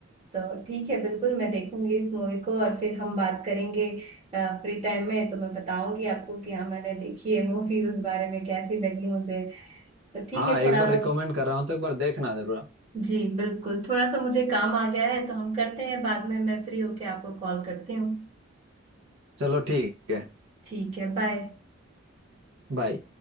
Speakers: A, on the right; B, on the right.
A: तो ठीक है बिल्कुल मैं देखूंगी इस मूवी को और फिर हम बात करेंगे फ्री टाइम में तो मैं बताऊंगी आपको कि हाँ मैंने देखी है मूवी उस बारे में कैसी लगी मुझे तो ठीक
B: हाँ
A: है
B: एक
A: थोड़ा
B: बार
A: बहुत
B: रिकमेंड कर रहा हूँ तो एक बार देखना जरूर आप।
A: जी बिल्कुल थोड़ा सा मुझे काम आ गया है तो हम करते हैं बाद में मैं फ्री होके आपको कॉल करती हूँ
B: चलो ठीक है
A: ठीक है बाय
B: बाय